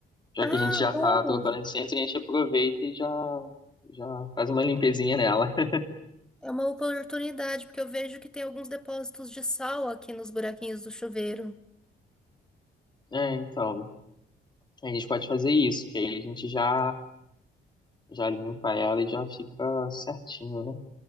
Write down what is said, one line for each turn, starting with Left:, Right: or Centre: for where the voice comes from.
Left: Já
Centre: Ah,
Left: que a gente já
Centre: boa!
Left: tá trocando essência, a gente aproveita e já, já faz uma limpezinha nela. <laughs>
Centre: É uma oportunidade, porque eu vejo que tem alguns depósitos de sal aqui nos buraquinhos do chuveiro.
Left: É, então, a gente pode fazer isso, que aí a gente já, já limpa ela e já fica certinho, né?